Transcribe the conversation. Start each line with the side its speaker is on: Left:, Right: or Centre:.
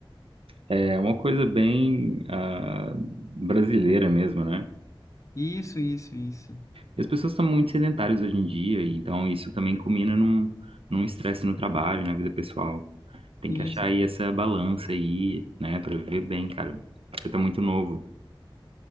Right: é uma coisa bem ah, brasileira mesmo, né?
Left: Isso, isso, isso.
Right: E as pessoas estão muito sedentárias hoje em dia, e então isso também culmina num, num estresse no trabalho, na vida pessoal. Tem
Left: Isso.
Right: que achar aí essa balança aí, né, pra viver bem, cara. Você tá muito novo.